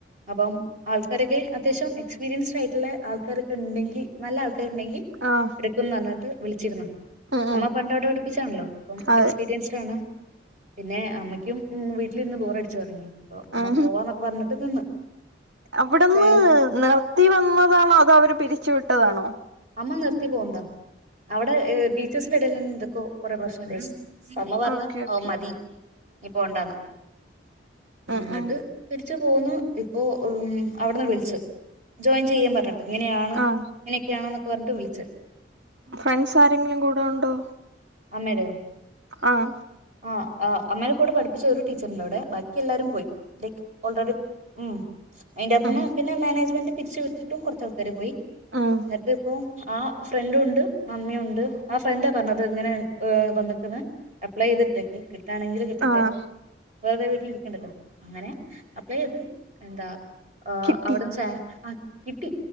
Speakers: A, on the right; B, on the right.
A: അപ്പം ആൾക്കാരൊക്കെ അ ത്യാവശ്യം എസ്പീരിയൻസ്ഡ് ആയിട്ടുള്ള ആൾക്കാരൊക്കെ ഇണ്ടെങ്കിൽ നല്ല ആൾക്കാരുണ്ടെങ്കിൽ
B: ആഹ്
A: എടുക്കുന്ന് പറഞ്ഞിട്ട് വിളിച്ചിരുന്നു
B: ഉം
A: അമ്മ
B: ഉം
A: പണ്ടോവിടെ പഠി പ്പിച്ചാണല്ലോ ഉം
B: അതെ
A: എക്സ്പീരിയൻസ് ആണ് പിന്നെ അമ്മയ്ക്കും വീട്ടിലിരുന്ന് ബോർ അടിച്ചു തുറങ്ങി അപ്പൊ അമ്മ
B: ഉം
A: പോവാന്നൊക്കെ പറഞ്ഞിട്ട് നിന്ന്
B: അവിടുന്ന്
A: ച്ചാൽ
B: നിർത്തി വന്നതാണോ അതോ അവര് പിരിച്ചുവിട്ടതാണോ
A: അമ്മ നിർത്തി പോകന്താ അവിടെ ഹെ ടീച്ചേഴ്സിന്റെ ഇടയിൽതന്നെ എന്തൊക്കെ കൊറെ പ്രശ്നം ണ്ടായി അമ്മ പറഞ്ഞ
B: ഓക്കെ ഓക്കെ
A: ഓ മതി ഇനി പോണ്ടാന്ന്
B: ഉം
A: എന്നിട്ട്
B: ഉം
A: തിരിച്ചു പോന്നു ഇപ്പോ ഉം അവിടുന്ന് വിളിച്ചു ജോയിൻ ചെയ്യൻ പറഞ്ഞിട്ട് ഇങ്ങനെയാണ്
B: ആഹ്
A: ക്കെ ആണ് പറഞ്ഞിട്ട് വിളിച്
B: ഫ്രണ്ട്സ് ആരെങ്കിലും കൂടെ ഉണ്ടോ
A: അന്നേരോ
B: ആഹ
A: ആ ആ അമ്മേന്റെ കൂടെ പഠിപ്പിച്ച ഒരു ടീച്ചറിന്റെ അവിടെ ബാക്കി എല്ലാരും പോയി ലൈക് ഓൾറെഡി ഉം അതിന്റെയാകാത്ത്ന്ന്
B: ഉം
A: പിന്നെ മാനേജ്മെന്റ് പിരിച്ചവിടുത്തിട്ടും കുറച്ച് ആൾക്കാര് പോയി
B: ഉം
A: എന്നിട്ട് ഇപ്പോ ആ ഫ്രണ്ട ഉണ്ട് മമ്മിയുണ്ട് ആ ഫ്രണ്ട പറഞ്ഞത് ഇങ്ങനെ വന്നിക്കന്ന് അപ്ലൈ ചെയ്തിട്ടൊക്കി കിട്ടാണെങ്കിൽ കിട്ടട്ടെ
B: ആഹ്
A: വെറുതെ വീട്ടിലിരിക്കണ്ടല്ലോ അങ്ങനെ അപ്ലൈ ചെയ്ത് എന്താ ആ
B: കിട്ടി
A: അവിടുന്ന് ച്ചാ ആ കിട്ടി